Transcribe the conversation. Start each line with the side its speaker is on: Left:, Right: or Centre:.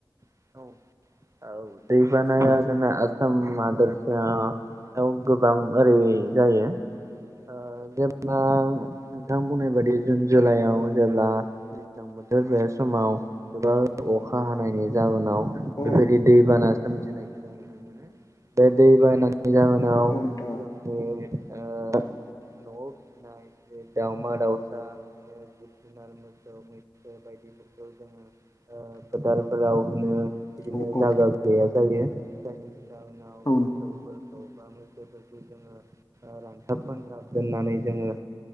Right: <inaudible> औ दैबानाया
Left: औ
Right: जोंना आसम हादरसा औ गोबां ओरैयै जायो ओ जेब्ला नोंथां बुंनाय बायदि जुन जुलाइआव जेब्ला दैज्लां बोथोर बे समाव गोबां अखा हानायनि जाहोनाव
Left: औ
Right: बेबायदि दैबाना सोमजिनायखौ जों नुनो <inaudible> बे दै बानि जाहोनाव
Left: औ नोंथां
Right: जोंनि ओ नआव फिसिनाय बे दावमा दाउसा बिदिनो जिब जुनार मोसौ मैसो बायदिफोरखौ जोङो फोदालफोराव बोनो बिदिनो
Left: औ
Right: जागा
Left: औ
Right: गैया जायो जायनि जाहोनाव
Left: औ
Right: मोसौफोरखौ बा मोसौफोरखौ जोङो आ रानथाब फानथाब दोननानै जोङो